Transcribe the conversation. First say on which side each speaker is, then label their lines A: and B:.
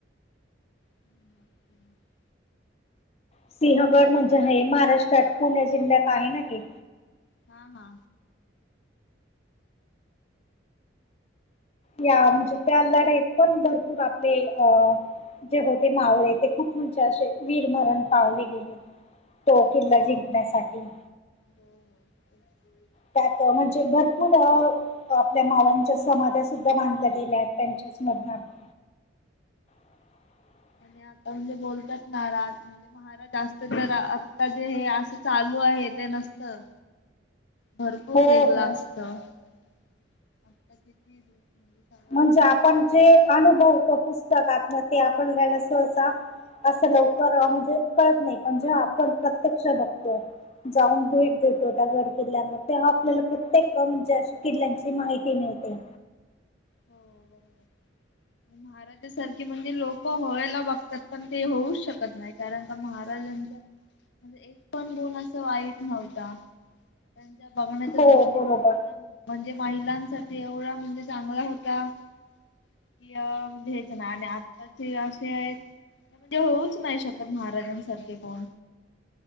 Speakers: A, on the left; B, on the left.
A: <inaudible>
B: सिंहगड म्हणजे हे महाराष्ट्रात पुणे जिल्ह्यात आहे ना हे
A: हा हा
B: या म्हणजे त्या लढाईत पण भरपूर आपले अ जे होते मावळे ते खूप म्हणजे असे वीरमरण पावले गेले. तो किल्ला
A: हो
B: जिंकण्यासाठी.
A: हो हो तेच
B: त्यात म्हणजे भरपूर आपल्या माव्यांच्या समाध्या सुद्धा बांधल्या गेल्या त्यांच्या स्मरणार्थ <inaudible>
A: आता म्हणजे बोलतात राज म्हणजे महाराज असते तर आता जे हे असं चालू आहे ते नसतं भरपूर
B: हो
A: वेगळा
B: हो
A: असत आता किती म्हणजे सगळ्या
B: म्हणजे
A: गोष्टी
B: आपण
A: हो
B: जे अनुभवतो पुस्तकात ते आपल्याला सहसा असं लवकर म्हणजे कळतं नाही म्हणजे आपण प्रत्यक्ष बघतोय. जाऊन भेट
A: ना
B: देतोत गडकिल्ल्यांवर तेव्हा आपल्याला प्रत्येक म्हणजे अशी किल्यांची माहिती मिळते.
A: हो बरोबर महाराष्ट्र महाराज सारखी म्हणजे लोक व्हायला बघतात पण ते होऊच शकत नाही कारण का महाराजां म्हणजे एक पण गुण असं वाईट नव्हता. त्यां बघण्याचा
B: हो
A: दृष्टिकोन
B: बरोबर
A: पण म्हणजे महिलांसाठी एवढा म्हणजे चांगला होता. का कि म्हणजे हेच ना आणि आताचे असे आहेत त्या म्हणजे होऊच नाही शकत महाराजांसारखे कोण